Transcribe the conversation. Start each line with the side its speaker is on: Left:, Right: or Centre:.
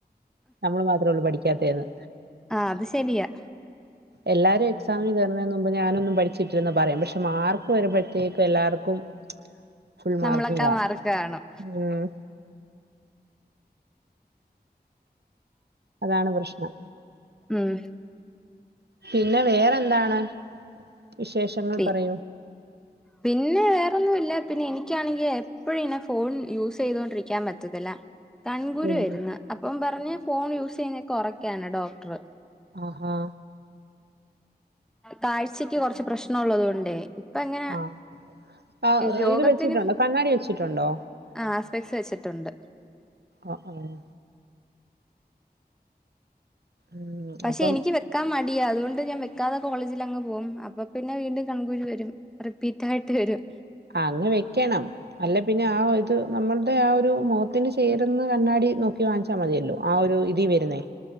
Right: നമ്മള് മാത്രേള്ളു പഠിക്കാത്തേന്ന്.
Centre: ആഹ് അത് ശെരിയാ.
Right: എല്ലാരും എക്സാമിന് കേറുന്നേന് മുമ്പ് ഞാനൊന്നും പഠിച്ചിട്ടില്ലെന്ന് പറയും. പക്ഷെ മാർക്ക് വരുമ്പഴത്തേക്കും എല്ലാർക്കും ഫുൾ മാർക്ക്ണ്ടാവും.
Centre: നമ്മളൊക്കെ മാർക്ക് കാണും
Right: ഉം. അതാണ് പ്രശ്നം
Centre: ഉം.
Right: പിന്നെ വേറെന്താണ്? വിശേഷങ്ങൾ
Centre: പി
Right: പറയൂ.
Centre: പിന്നെ വേറൊന്നുല്ല. പിന്നെ എനിക്കാണെങ്കി എപ്പഴും ഇങ്ങനെ ഫോൺ യൂസെയ്തോണ്ടിരിക്കാൻ പറ്റത്തില്ല. കൺകുരു
Right: ഉം.
Centre: വര്ന്ന്. അപ്പം പറഞ്ഞ് ഫോൺ യൂസ് ചെയ്യുന്നത് കൊറയ്ക്കാന് ഡോക്ടറ്.
Right: ആഹാ.
Centre: കാഴ്ചയ്ക്ക് കൊറച്ച് പ്രശ്നം ഉള്ളത് കൊണ്ടെ. ഇപ്പങ്ങനെ
Right: ആഹ് ആ ഏഹ്
Centre: രോഗത്തിനും
Right: ഇത് വെച്ചിട്ടുണ്ടോ കണ്ണാടി വെച്ചിട്ടുണ്ടോ?
Centre: ആഹ് സ്പെക്സ് വെച്ചിട്ടുണ്ട്.
Right: അഹ് ആഹ്. ഉം
Centre: പക്ഷെ
Right: അപ്പം
Centre: എനിക്ക് വെക്കാൻ മടിയാ. അതുകൊണ്ട് ഞാൻ വെക്കാതെ കോളേജിൽ അങ്ങ് പോകും. അപ്പൊ പിന്നെ വീണ്ടും കൺകുരു വരും. റിപ്പീറ്റായിട്ട് വരും.
Right: അങ്ങ് വെക്കണം. അല്ലേപ്പിന്നെ ആഹ് ഇത് നമ്മൾടെ ആഹ് ഒരു മുഖത്തിന് ചേര്ന്ന കണ്ണാടി നോക്കി വാങ്ങിച് ച്ച മതിയല്ലോ ആ ഒരു ഇതി വരുന്നേ.